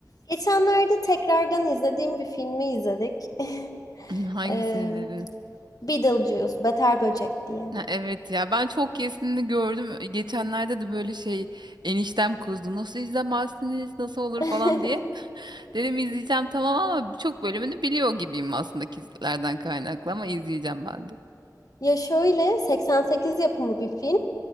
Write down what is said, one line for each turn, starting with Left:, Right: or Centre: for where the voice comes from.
Left: Geçenlerde tekrardan izlediğim bir filmi izledik. <laughs>
Right: <laughs> Hangisini
Left: Eee
Right: dedin?
Left: Beetlejuice, Beter Böcek diye.
Right: Ha, evet ya ben çok kesini gördüm. Geçenlerde de böyle şey eniştem kızdı. Nasıl izlemezsiniz? Nasıl olur
Left: <laughs>
Right: falan diye. Dedim izleyeceğim tamam ama çok bölümünü biliyor gibiyim aslında kizlerden kaynaklı ama izleyeceğim ben de.
Left: Ya şöyle 88 yapımı bir film